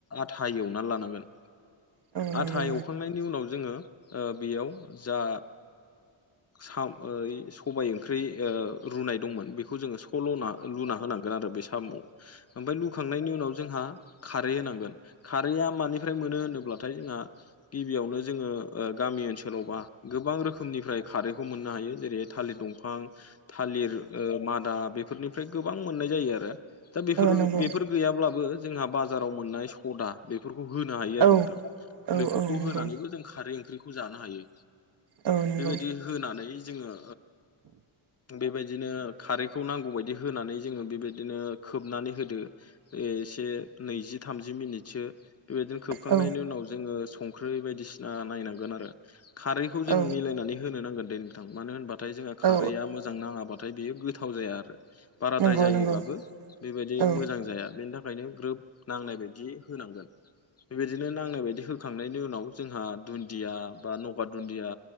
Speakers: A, on the left (about 30°); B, on the right (about 55°).
A: आथा एवनानै लानांगोन।
B: अ औ नंगौ
A: आथा एवखांनायनि उनाव जोङो बेयाव जा साम ओ सबाय ओंख्रि रुनाय दंमोन बेखौ जोङो लुना होनांगोन आरो बे सामआव ओमफ्राय लुखांनायनि उनाव जोंहा खारै होनांगोन, खारैया फ्राय मोनो होनोब्लाथाय जोंहा गिबियावनो जोङो गामि ओनसोलावबा गोबां रोखोमनिफ्राय खारैखौ मोननो हायो जेरै थालिर दंफां थालिर मादा बेफोरनिफ्राय गोबां मोननाय जायो आरो। दा बेफोर
B: नंगौ
A: बेफोर गैयाब्लाबो जोंहा बाजाराव मोननाय सदा बेफोरखौ होनो हायो आरो
B: उम औ नंगौ औ
A: नोंथां,
B: औ
A: बेफोरखौ
B: औ नंगौ
A: होनानैबो जों खारै ओंख्रिखौ जानो हायो।
B: औ नंगौ
A: बेबायदि होनानै जोङो बेबायदिनो खारैखौ नांगौबायायदि होनानै जोङो बेबायदिनो खोबनानै होदो। एसे नैजि थामजि मिनिटसो बेबायदिनो खोबखांनायनि
B: औ
A: उनाव जोङो संख्रि बायदिसिना नायनांगोन आरो। खारैखौ
B: औ
A: जों मिलायनानै होनो नांगोन दे नोंथां मानो होनबाथाय जोंहा खारैया
B: औ
A: मोजां नाङाब्ला नाथाय बेयो गोथाव जाया आरो। बाराद्राय
B: नंगौ
A: जायोबाबो
B: नंगौ
A: बेबायदि
B: औ
A: मोजां जाया बेनि थाखायनो ग्रोब नांनाय बायदि होनांगोन। बेबायदिनो नांनाय बायदि होखांनायनि उनाव जोंहा दुन्दिया बा नगा दुन्दिया